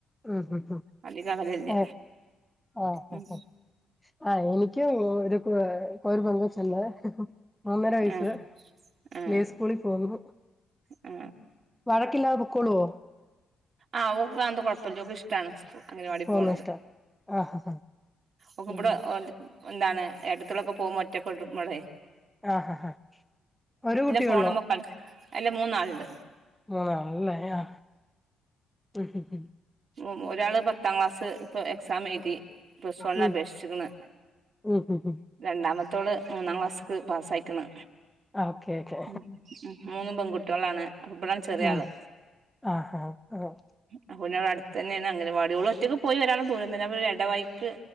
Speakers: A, in the centre; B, on the right (about 55°).
A: മ് മ്
B: അധികം അകലല്ല
A: എ അ അ
B: ഉം
A: അ ആ എനിക്ക് ഒരു കൊ ഒരു പെങ്കൊചൊണ്ട്. മൂന്നര വയസ്
B: ആ ആ
A: പ്ലേ സ്കൂളി പോകുന്നു.
B: ആ
A: വഴക്കില്ലാതെ പൊക്കോളോ
B: ആ ഒക്കാൻത്ത കൊഴപ്പല്ല ഓക്ക് ഇഷ് ത്താണ് സ് അങ്ങലവാടി
A: പോകുന്ന
B: പോണത്.
A: ഇഷ്ടാ ആഹ് ഹാ
B: ഒക്ക്മ്പട
A: ഉം
B: ഓല് വെന്താണ് ഏട്ടത്തിലൊക്കെ പോകുമ്പോ ഒറ്റപ്പെടും വ്ടെ
A: ആ ഹ ഹ ഒരു കുട്ടിയേള്ളോ.
B: ഫോണുമ്മെ കളി അല്ല മൂന്നാൾണ്ട്.
A: മൂന്നാളല്ലേ ആ. മ് മ് മ്
B: ഉം ഒരാള് പത്താം ക്ലാസ് ഇപ്പ എക്സാം എയ്തി. പ്ലസ് വൺ
A: ഉം
B: അപേഷ്ക്ണ്
A: ഉം ഉം ഉം ഉം
B: രണ്ടാമ ത്തോള് മൂന്നാം ക്ലാസ്ക്ക് പാസ്സായിക്ണ്.
A: ഓക്കെ ഓക്കെ
B: ഉ ഉ മൂന്നും പെൺ കുട്ടിയോളാണ്. അപ്പം ഇബളാണ് ചെറിയ
A: ഉം
B: ആള്.
A: ആഹ് ആഹ്
B: അപ്പം പിന്നട് അട് തന്നേണ് അംഗൻവാടി. ഓള് ഒറ്റക്ക് പോയി വരാൻള്ള ദൂരം തന്നെ. അപ്പൊരെടവയിക്ക്